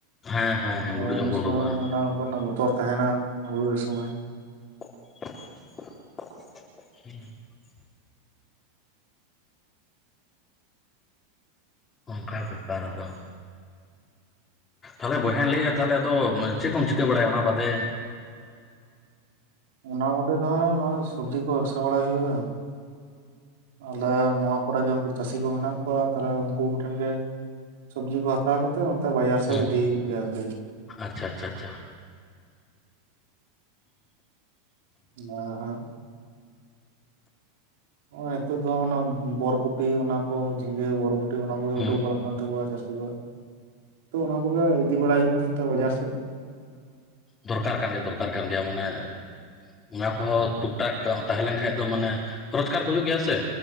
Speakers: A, on the left; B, on the right.
A: ᱦᱮᱸ ᱦᱮᱸ ᱦᱮᱸ
B: ᱟᱫ
A: ᱜᱩᱰᱩ ᱡᱚᱢ
B: ᱩᱱ
A: ᱠᱚ
B: ᱥᱚᱢᱚᱭ
A: ᱩᱰᱩᱠᱚᱜᱼᱟ
B: ᱦᱚ ᱚᱱᱟ ᱠᱚᱨᱮᱱᱟᱜ ᱵᱚᱛᱚᱨ ᱛᱟᱦᱮᱱᱟ ᱦᱩᱲᱩ ᱤᱨ ᱥᱚᱢᱚᱭ᱾
A: <inaudible> ᱚᱱᱠᱟ ᱵᱮᱯᱟᱨ ᱫᱚ, ᱛᱟᱦᱚᱞᱮ ᱵᱚᱭᱦᱟᱧ ᱞᱟᱹᱭᱮᱜ ᱛᱟᱦᱚᱞᱮ ᱟᱫᱚ ᱪᱮᱫ ᱠᱚᱢ ᱪᱤᱠᱟᱹ ᱵᱟᱲᱟᱭᱟ ᱚᱱᱟ ᱵᱟᱫᱮ?
B: ᱚᱱᱟ ᱵᱟᱫᱷᱮ ᱫᱚ ᱦᱟᱸᱜ ᱱᱚᱦᱚᱭ ᱥᱩᱵᱡᱤ ᱠᱚ ᱵᱮᱵᱽᱥᱟ ᱵᱟᱲᱟ ᱦᱩᱭᱩᱜᱼᱟ᱾ ᱟᱞᱮ ᱱᱚᱣᱟ ᱠᱚᱨᱮᱜᱮ ᱩᱱᱠᱩ ᱪᱟᱹᱥᱤ ᱠᱚ ᱢᱮᱱᱟᱜ ᱠᱚᱣᱟ ᱛᱟᱦᱞᱮ ᱩᱱᱠᱩ ᱠᱚᱴᱷᱮᱱ ᱜᱮ ᱥᱚᱵᱡᱤ ᱠᱚ ᱦᱟᱛᱟᱣ ᱠᱟᱛᱮᱫ ᱚᱱᱛᱮ ᱵᱟᱡᱟᱨ ᱥᱮᱫ
A: ᱦᱩᱸ
B: ᱤᱫᱤ ᱦᱩᱭᱩᱜ ᱜᱮᱭᱟ ᱟᱠᱷᱨᱤᱧ᱾
A: ᱟᱪᱪᱷᱟ ᱟᱪᱪᱷᱟ ᱟᱪᱪᱷᱟ
B: ᱱᱟᱦᱟᱸᱜ᱾ ᱱᱚᱜᱼᱚᱭ ᱱᱤᱛᱳᱜ ᱫᱚ ᱚᱱᱟ ᱵᱚᱨᱵᱚᱴᱤ ᱚᱱᱟ ᱠᱚ ᱡᱷᱤᱸᱜᱟᱹ, ᱵᱚᱨᱵᱚᱴᱤ, ᱚᱱᱟ ᱠᱚᱜᱮ
A: ᱦᱩᱸ
B: ᱩᱰᱩᱠ ᱵᱟᱲᱟᱜ ᱠᱟᱱ ᱛᱟᱠᱚᱣᱟ ᱪᱟᱹᱥᱤ ᱠᱚᱣᱟᱜ, ᱛᱚ ᱚᱱᱟ ᱠᱚᱜᱮ ᱤᱫᱤ ᱵᱟᱲᱟ ᱦᱩᱭᱩᱜ ᱠᱟᱱᱛᱮ ᱵᱟᱡᱟᱨ ᱥᱮᱫ᱾
A: ᱫᱚᱨᱠᱟᱨ ᱠᱟᱱ ᱜᱮᱭᱟ ᱫᱚᱨᱠᱟᱨ ᱠᱟᱱ ᱜᱮᱭᱟ ᱢᱟᱱᱮ, ᱚᱱᱟ ᱠᱚᱦᱚᱸ ᱴᱩᱠ ᱴᱟᱠ ᱛᱟᱦᱮᱸ ᱞᱮᱱ ᱠᱷᱟᱱ ᱫᱚ ᱢᱟᱱᱮ, ᱨᱳᱡᱽᱠᱟᱨ ᱠᱚ ᱦᱩᱭᱩᱜ ᱜᱮᱭᱟ ᱥᱮ?